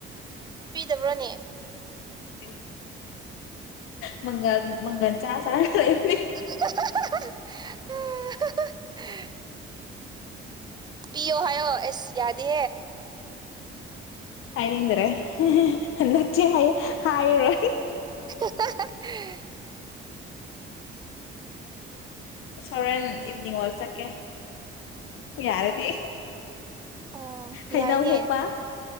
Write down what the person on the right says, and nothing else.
ꯗꯕꯔ꯭ꯅꯦ
ꯍꯥ ꯍꯥ ꯍꯥ ꯍꯥ ꯄꯤꯌꯣ ꯍꯥꯏꯌꯣ ꯑꯦꯁ ꯌꯥꯗꯦ
<unintelligible>
ꯑꯣ ꯌꯥꯏꯅꯦ